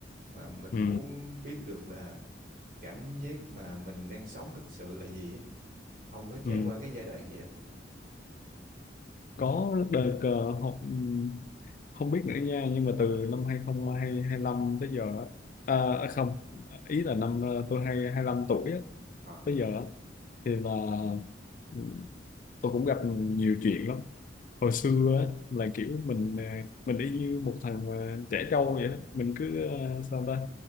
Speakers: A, on the right (about 50°); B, on the left (about 45°).
A: mà mình
B: ừ,
A: muốn biết được là cảm giác mà mình đang sống thực sự là gì á ông có trải
B: ừ.
A: qua cái giai đoạn vậy không
B: có đợt ờ, học ừ, không biết nữa nha nhưng mà từ năm 2025 tới giờ á, à, à, không ý là năm ờ, tôi hai 25 tuổi á,
A: Ờ,
B: tới giờ á, thì là ừ, tôi cũng gặp nhiều chuyện lắm hồi xưa á, là kiểu mình ờ, mình y như một thằng ờ, trẻ trâu vậy đó mình cứ ờ, sao ta